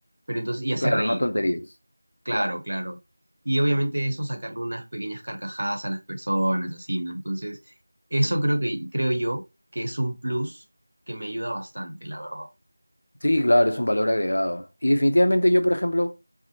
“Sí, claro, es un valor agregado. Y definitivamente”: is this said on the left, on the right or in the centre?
Left